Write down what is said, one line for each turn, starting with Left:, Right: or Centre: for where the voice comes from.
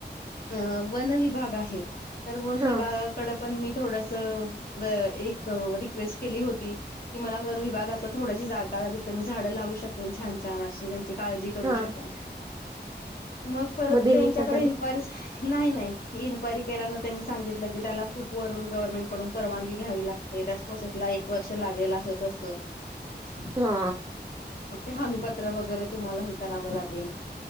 Left: अ वन विभाग आहे तर वन
Right: हा
Left: विभागाकडं पण मी थोडसं एक रिक्वेस्ट केली होती की मला वन विभागातलं थोडशी जागा द्या, तिथं मी झाडं लावू शकेन छान छान अशी त्यांची काळजी करू
Right: हा
Left: शकन, मग परत
Right: दिली
Left: त्यांच्याकडे
Right: का त्याने
Left: इनक्वायरि नाही नाही, इनक्वायरी केल्यानं त्यांनी सांगितलं की त्याला खूप वरून गव्हर्नमेंट कडून परवानगी घ्यावी लाग ते त्याच प्रोसेस ला एक वर्ष लागेल असं तसं.
Right: हा
Left: ते हमीपत्र वगैरे तुम्हाला हे करावं लागेल